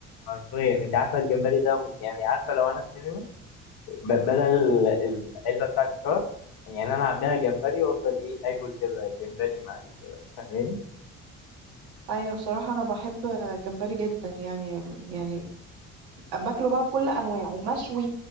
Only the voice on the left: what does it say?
حرفيا انت عارفة الجمبري ده م- يعني عارفة لو انا في سينما ب- بدل ال- العلبة بتاعت الفشار يعني انا عبيها جمبري وافضل ايه اكل كده جمبري مقلي كده فاهماني؟